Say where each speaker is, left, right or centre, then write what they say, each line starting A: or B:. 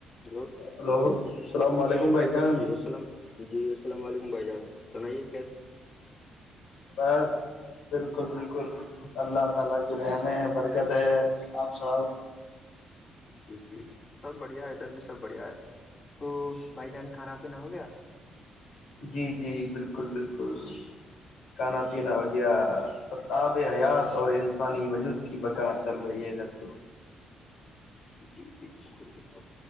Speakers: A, on the left; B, on the left.
A: hello
B: hello السلام علیکم بھائی جان
A: جی السلام جی السلام علیکم منبئی جانا تو نہیں
B: بس بالکل بالکل اللہ ت اللہ کی رن ہے برکت ہے آپ سر
A: جی جی جی سب بڑھیا ہے ادھر بھی سب بڑھیا ہے تو بھائی جان کھانا پینا ہو گیا
B: جی جی بالکل بالکل کھانا پینا و گیا بس آب حیات اور انسانی وجود کی بقا چل رہی ہے ادھر تو
A: جی جی بالکل بالکل